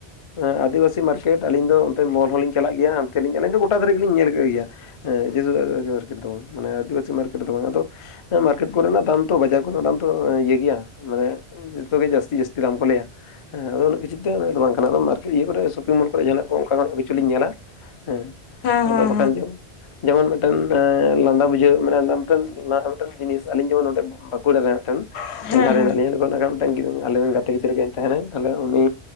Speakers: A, on the left; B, on the left.
A: ᱦᱮᱸ ᱟᱹᱫᱤᱵᱟᱹᱥᱤ ᱢᱟᱨᱠᱮᱴ ᱟᱹᱞᱤᱧ ᱫᱚ ᱚᱱᱛᱮ ᱢᱚᱞ ᱦᱚᱸᱞᱤᱧ ᱪᱟᱞᱟᱜ ᱜᱮᱭᱟ, ᱦᱟᱱᱛᱮ ᱞᱤᱧ, ᱟᱹᱞᱤᱧ ᱫᱚ ᱜᱚᱴᱟ ᱫᱷᱟᱨᱟ ᱜᱮᱞᱤᱧ ᱧᱮᱞ ᱠᱮᱜ ᱜᱮᱭᱟ᱾ ᱦᱮᱸ, ᱡᱟᱹᱭᱥᱮ ᱡᱟᱨᱠᱮᱴ ᱫᱚ ᱵᱟᱝᱼᱟ, ᱟᱹᱫᱤᱵᱟᱹᱥᱤ ᱢᱟᱨᱠᱮᱴ ᱫᱚ ᱵᱟᱝ ᱟ? ᱟᱫᱚ ᱦᱮᱸ ᱢᱟᱨᱠᱮᱴ ᱠᱚᱨᱮᱱᱟᱜ ᱫᱟᱢ ᱛᱚ ᱵᱟᱡᱟᱣ ᱠᱚᱫᱚ ᱚᱱᱟ ᱫᱚ ᱤᱭᱟᱹ ᱜᱮᱭᱟ, ᱢᱟᱱᱮ ᱡᱚᱛᱚ ᱜᱮ ᱡᱟᱹᱥᱛᱤ ᱡᱟᱥᱛᱤ ᱫᱟᱢ ᱠᱚ ᱞᱟᱹᱭᱟ, ᱦᱮᱸ ᱟᱫᱚ ᱩᱱᱟᱹᱜ ᱜᱷᱤᱪ ᱡᱮᱛᱮ ᱦᱚᱲᱟᱜ ᱫᱚ ᱵᱟᱝ ᱠᱟᱱᱟ, ᱚᱱᱟ ᱫᱚ ᱢᱟᱨᱠ ᱤᱭᱟᱹ ᱠᱚᱨᱮ ᱥᱚᱯᱤᱝ ᱢᱚᱞ ᱠᱚᱨᱮ ᱡᱟᱦᱟᱸᱱᱟᱜ ᱠᱚ ᱚᱱᱠᱟᱱᱟᱜ ᱠᱚᱪᱚ ᱞᱤᱧ ᱧᱮᱞᱟ ᱦᱮᱸ?
B: ᱦᱮᱸ
A: ᱦᱟᱫᱚ
B: ᱦᱮᱸ
A: ᱵᱟᱠᱷᱟᱱ ᱡᱚᱢ ᱡᱮᱢᱚᱱ ᱢᱤᱫᱴᱮᱱ ᱞᱟᱸᱫᱟ ᱵᱩᱡᱷᱟᱹᱣ ᱢᱟᱱᱮ ᱞᱟᱸᱫᱟ ᱢᱤᱫᱴᱮᱱ ᱡᱤᱱᱤᱥ ᱟᱞᱤᱧ ᱡᱮᱢᱚᱱ ᱱᱚᱸᱰᱮ ᱵᱟᱸᱠᱩᱲᱟ ᱨᱮ ᱢᱤᱫᱴᱮᱱ
B: ᱦᱮᱸ
A: ᱡᱟᱦᱟᱸ
B: ᱦᱮᱸ ᱦᱮᱸ
A: ᱨᱮ ᱦᱮᱱᱟᱜ ᱞᱤᱧᱟ ᱱᱤᱛᱚ ᱱᱦᱟᱜ ᱠᱷᱟᱱ ᱢᱤᱫᱴᱮᱱ ᱜᱤᱫᱽᱨᱟᱹ ᱟᱞᱮ ᱨᱮᱱ ᱜᱟᱛᱮ ᱜᱤᱫᱽᱨᱟᱹ ᱜᱮ ᱛᱟᱦᱮᱱᱟᱭ ᱛᱟᱦᱞᱮ ᱩᱱᱤ